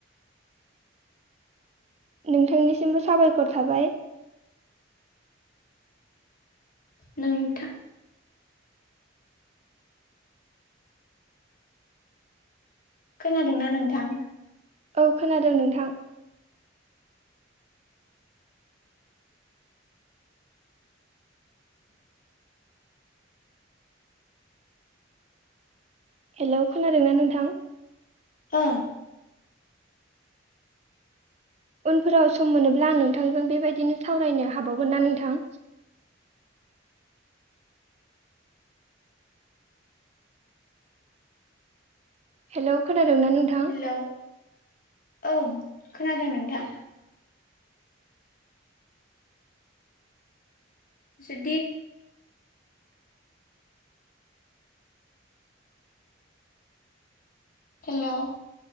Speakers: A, on the right; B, on the left.
A: नोंथांनिसिमबो साबायखर थाबाय।
B: नोंथां खोनादोंना नोंथां?
A: औ खोनादों नोंथां। हेलौ खोनादोंना नोंथां?
B: ओ
A: उनफोराव सम मोनोब्ला आं नोंथांजों बेबायदिनो सावरायनो हाबावगोन ना नोंथां? हेलौ खोना दों ना नोंथां?
B: हेलौ ओं खोनादों नोंथां। जुदि हेलौ